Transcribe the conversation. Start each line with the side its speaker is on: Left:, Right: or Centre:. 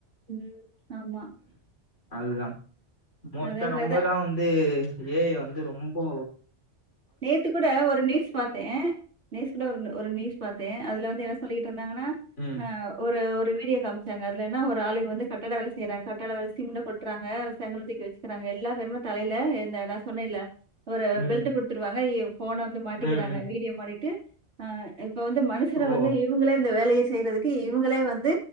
Right: ம் ஆமா
Left: அதுதா மோஸ்ட்டா
Right: அதே
Left: நம்பதா
Right: மாரி தான்.
Left: வந்து ஏ ஐ வந்து ரொம்போ
Right: நேத்து கூட ஒரு நியூஸ் பாத்தேன் நியூஸ் கூட ஒரு ஒரு நியூஸ் பாத்தேன் அதுல வந்து என்ன சொல்லி ட்டிர்ந்தாங்கன்னா
Left: ம்
Right: ஆ ஒரு ஒரு வீடியோ காமிச்சாங்க அதுல என்ன ஒ ஆளுக வந்து கட்டட வேல செய்றாங் கட்டட வேல சிம்ட கொட்றாங்க செங்கல தூக்கி வச்சுக்குறாங்க எல்லா பேருமே தலையில இந்த நா சொன்னே ல ஒரு
Left: ம்
Right: பெல்ட் போட் கய்யோ போன வந்து மாட்டிக்கிறாங்க
Left: ம் ம்
Right: வீடியோ மாட்டிட்டு ஆஹ் இப்ப வந்து மனுஷர
Left: ஓ
Right: வந்து இவுங்களே இந்த வேலைய செய்றதுக்கு இவுங்களே வந்து